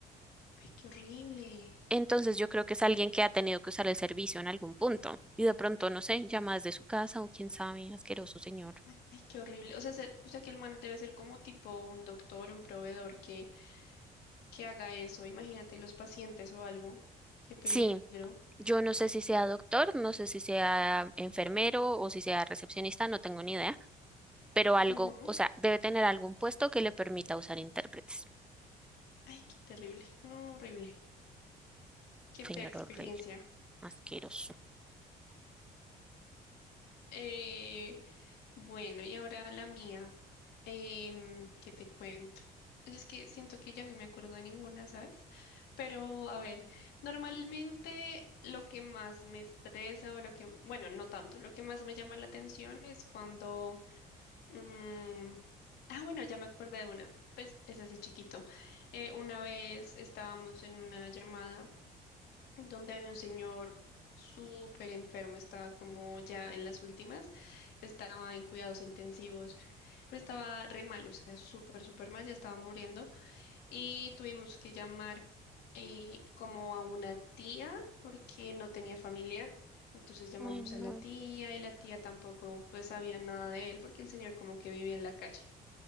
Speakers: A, on the left; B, in the centre.
A: Ay, qué horrible.
B: Entonces yo creo que es alguien que ha tenido que usar el servicio en algún punto y de pronto, no sé, llama desde su casa o quién sabe, asqueroso señor.
A: Ay, ay, qué horrible. O sea, ser- o sea, que el man debe ser como tipo un doctor, un proveedor que, que haga eso. Imagínate los pacientes o algo. Qué peligro.
B: Sí, yo no sé si sea doctor, no sé si sea enfermero o si sea recepcionista, no tengo ni idea pero algo,
A: Ujú.
B: o sea, debe tener algún puesto que le permita usar intérpretes.
A: Ay, qué terrible. No, horrible. Qué fea
B: Señor
A: experiencia.
B: horrible, asqueroso.
A: Eh, Bueno, y ahora la mía. Em, ¿qué te cuento? Pues Es que siento que ya no me acuerdo de ninguna, ¿sabes? Pero a ver, normalmente lo que más me estresa o lo que, bueno, no tanto, lo que más me llama la atención es cuando... mm, ah, bueno, ya me acordé de una. Pues es así chiquito. Eh, una vez estábamos en una llamada donde había un señor súper enfermo, estaba como ya en las últimas, estaba en cuidados intensivos, pero estaba re mal, o sea, súper, súper mal, ya estaba muriendo y tuvimos que llamar eh, como a una tía porque no tenía familia. Entonces llamamos
B: Ay, no,
A: a la tía y la tía tampoco pues sabía nada de él porque el señor como que vivía en la calle.